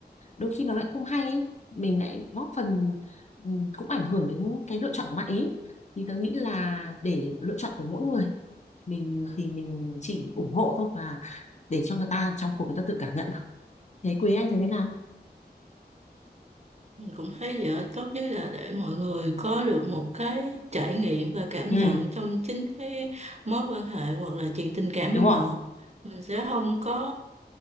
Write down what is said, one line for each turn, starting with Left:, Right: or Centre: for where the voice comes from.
Left: đôi khi nó lại không hay ý. mình lại góp phần ừ, cũng ảnh hưởng đến cái lựa chọn của bạn ý thì tôi nghĩ là để lựa chọn của mỗi người mình thì mình chỉ ủng hộ thôi và để cho người ta trong cuộc người ta tự cảm nhận thấy quý anh thấy thế nào?
Right: Mình cũng thấy vậy đó. tốt nhất là để mọi người có được một cái trải nghiệm và cảm
Left: ừ
Right: nhận trong chính cái mối quan hệ hoặc là chuyện tình cảm
Left: đúng
Right: của
Left: rồi
Right: họ. Mình sẽ không có